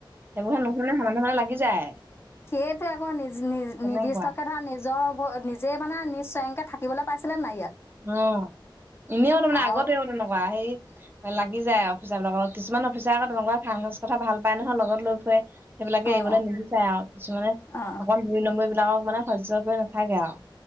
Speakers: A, on the right; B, on the left.
A: সেইবোৰ হে নুশুনে সমানে সমানে লাগি যায়
B: সেইয়েটো আকৌ নিজ নিজ
A: তেনেকুৱা
B: নিৰ্দিষ্টকে ধৰা নিজৰ নিজে মানে নিজ স্বয়ংকে থাকিবলৈ পাইছিলে নাই ইয়াত
A: উম এনেও তাৰ মানে
B: আৰু
A: আগতেওঁ তেনেকুৱা সেই লাগি যায়। কিছুমান অফিচাৰে আকৌ তেনেকোৱা খাৰাঙখাচ কথা ভাল পায় নহয় লগত লৈ ফুৰে। সেইবিলাকে
B: অঁ
A: এৰিবলৈ নিবিচাৰে আৰু কিছুমানে
B: অঁ
A: অকল দুই নম্বৰী বিলাকৰ মানে সহ্য কৰি নাথাকে আৰু